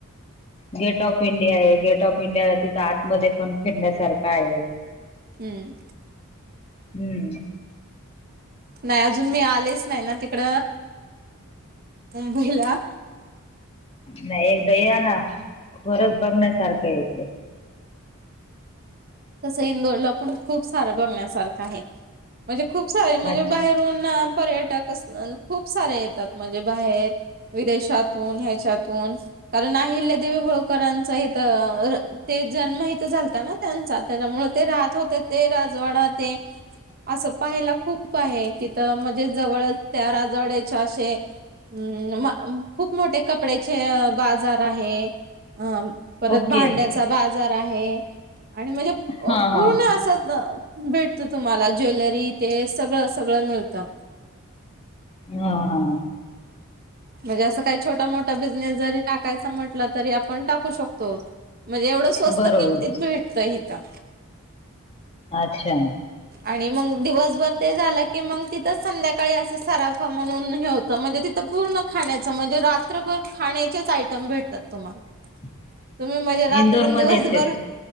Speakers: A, on the left (about 30°); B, on the right (about 45°).
A: गेट ऑफ इंडिया आहे. गेट ऑफ इंडियाला तिथं आतमध्ये पण फिरण्यासारख आहे.
B: हं.
A: हं.
B: नाही अजून मी आलेच नाही ना तिकड मुंबईला.
A: नाही एकदा या ना. खरंच बघण्यासारखंये इकडे.
B: तसं इंदोरला पण खूप सारं आहे. म्हणजे खूप सारं म्हणजे
A: अच्छा
B: बाहेरून पर्यटक अस खूप सारे येतात. म्हणजे बाहेर विदेशातून ह्याच्यातून. कारण अहिल्यादेवी होळकरांच इथ ते जन्म हितं झालता ना त्यांचा. त्याच्यामुळे ते राहत होते ते राजवाडा ते असं पाहायला खूप आहे इथे. त म्हणजे जवळच त्या राजवाड्याच्या असे अं म खूप मोठे कपड्याचे बाजार आहे. अं परत
A: ओके
B: भांड्याचा बाजार आहे. आणि म्हणजे अ
A: हा
B: पूर्ण
A: हा
B: अस अ भेटतं तुम्हाला. ज्वेलरी ते सगळं सगळं मिळतं.
A: हं हं.
B: म्हणजे असं काही छोटा मोठा बिझनेस जरी टाकायचा म्हटलं तरी आपण टाकू शकतो. म्हणजे एवढं स्वस्त
A: बरोबर
B: किमतीत भेटतं हितं.
A: अच्छा!
B: आणि मग दिवसभर ते झालं की मग तिथंच संध्याकाळी असं सराव म्हणून हे होतं. म्हणजे तिथं पूर्ण खाण्याचं, म्हणजे रात्रभर खाण्याचेच आयटम भेटतात तुम्हाला.
A: <inaudible>
B: तुम्ही म्हणजे रात्रंदिवसभर
A: इंदोर मध्येच आहे